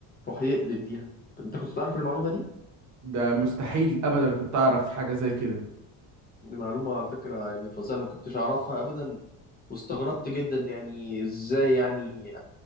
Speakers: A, on the left; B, on the right.
A: روح يقلب ليها أنت كنت تعرف المعلومة دي؟
B: ده مستحيل ابدا كنت اعرف حاجة زي كده
A: دي معلومة على فكرة يعني فظيعة أنا كنتش أعرفها أبدا واستغربت جدا يعني إزاي يعني